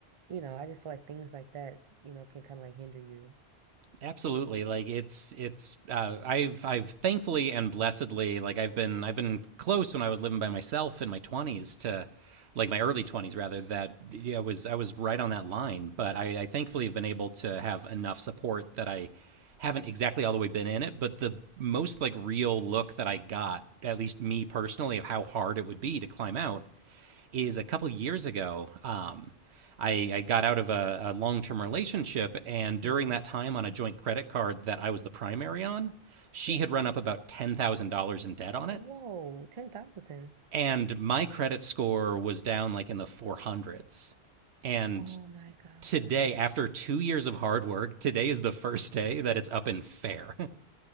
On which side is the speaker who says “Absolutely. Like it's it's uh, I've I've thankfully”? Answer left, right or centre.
Right